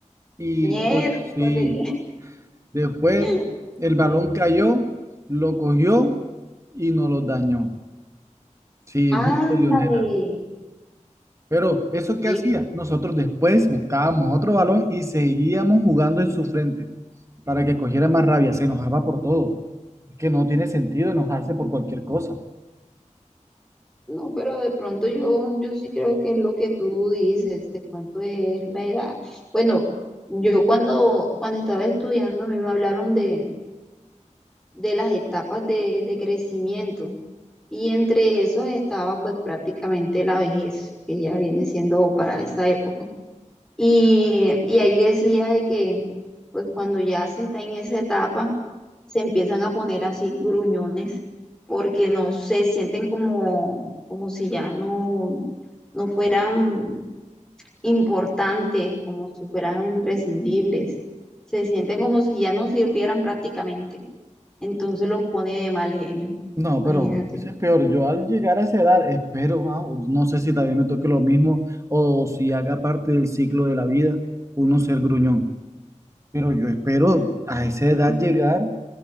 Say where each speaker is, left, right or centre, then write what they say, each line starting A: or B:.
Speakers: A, on the right; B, in the centre.
A: y
B: miércoles.
A: co- sí, después
B: <laughs>
A: el balón cayó, lo cogió y nos lo dañó. Sí, muy
B: Ándale.
A: peleonera. Pero ¿eso qué
B: Sí,
A: hacía? Nosotros después buscábamos otro balón y seguíamos jugando en su frente. para que cogiera más rabia. Se enojaba por todo. Es que no tiene sentido enojarse por cualquier cosa.
B: no, pero de pronto yo, yo sí creo que es lo que tú dices, de pronto es la edad. Bueno, yo cuando, cuando estaba estudiando, a mí me hablaron de, de las etapas de, de crecimiento y entre esas estaba pues prácticamente la vejez, que ya viene siendo para esa época. Y, y ahí decía de que, pues cuando ya se está en esa etapa, se empiezan a poner así gruñones, porque no se sienten como, como si ya no, no fueran importantes, como si fueran imprescindibles. Se sienten como si ya no sirvieran prácticamente. Entonces los pone de mal genio.
A: No,
B: Imagínate.
A: pero eso es peor. Yo al llegar a esa edad, espero, ah, no sé si también me toque lo mismo o si haga parte del ciclo de la vida, uno ser gruñón. Pero yo espero a esa edad llegar